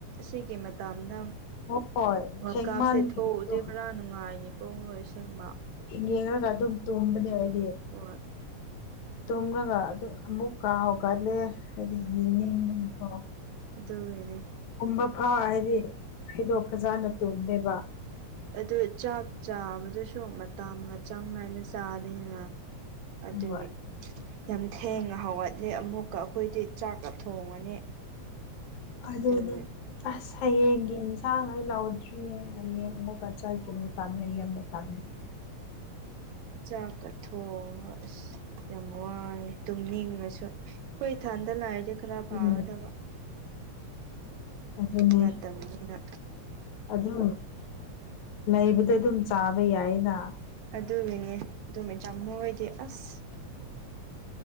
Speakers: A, on the right (about 75°); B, on the left (about 75°).
A: ꯁꯤꯒꯤ ꯃꯇꯥꯅ
B: ꯍꯣꯏ
A: ꯋꯥꯜ
B: ꯊꯦꯡꯃꯟꯕꯒꯤ
A: ꯀꯥꯞꯁꯦ ꯊꯣꯛꯎꯗꯤ
B: ꯑꯗꯨꯝ
A: ꯈꯔ ꯅꯨꯡꯉꯥꯏꯅꯤꯀꯣ ꯃꯣꯏ ꯁꯦꯡꯕ
B: ꯌꯦꯡꯉꯒ ꯑꯗꯨꯝ ꯇꯨꯝꯕꯅꯦ ꯑꯩꯗꯤ
A: ꯑꯣꯏ
B: ꯇꯨꯝꯂꯒ ꯑꯗꯨ ꯑꯃꯨꯛ ꯍꯧꯒꯠꯂꯦ ꯍꯥꯏꯗꯤ ꯌꯦꯡꯅꯤꯡꯕꯒꯤꯀꯣ
A: ꯇꯣ ꯃꯅꯤ
B: ꯑꯝꯃ ꯐꯥꯎ ꯍꯥꯏꯗꯤ ꯑꯩꯗꯣ ꯐꯖꯅ ꯇꯨꯝꯗꯦꯕ
A: ꯑꯗꯨ ꯆꯥꯛ ꯆꯥꯕꯗꯨꯁꯨ ꯃꯇꯥꯒ ꯆꯥꯡ ꯅꯥꯏꯅ ꯆꯥꯗꯅ ꯑꯗꯨꯒꯤ
B: ꯍꯣꯏ
A: ꯌꯥꯝ ꯊꯦꯡꯅ ꯍꯧꯒꯠꯂꯦ ꯑꯃꯨꯛꯀ ꯑꯩꯈꯣꯏꯗꯤ ꯆꯥꯛꯀ ꯊꯣꯡꯉꯅꯤ
B: ꯑꯗꯨꯅꯦ
A: ꯑꯗꯨꯒꯤ
B: ꯑꯁ ꯍꯌꯦꯡꯒꯤ ꯏꯟꯁꯥꯡ ꯍ ꯂꯥꯎꯗ꯭ꯔꯤꯌꯦ ꯍꯌꯦꯡ ꯑꯃꯨꯄꯥ ꯆꯒꯅ ꯄꯥꯝꯅꯩ ꯌꯥꯝꯅ ꯄꯥꯝꯃꯦ
A: ꯆꯥꯀꯊꯣꯡꯉ ꯑꯁ ꯌꯥꯝ ꯋꯥꯏꯑꯦ ꯇꯨꯝ ꯅꯤꯡꯉꯁꯨ ꯑꯩ ꯏꯊꯟꯗ ꯂꯥꯏꯑꯗꯤ ꯈꯔ
B: ꯎꯝ
A: ꯄꯥꯒꯗꯕ
B: ꯑꯗꯨꯅꯦ
A: ꯌꯥ ꯇꯕ ꯌꯦꯅ
B: ꯑꯗꯨꯝ ꯂꯩꯕꯗ ꯑꯗꯨꯝ ꯆꯥꯕ ꯌꯥꯏꯅ
A: ꯑꯗꯨꯒꯤꯅꯦ ꯑꯗꯨꯃ ꯆꯃꯣꯏꯗꯤ ꯑꯁ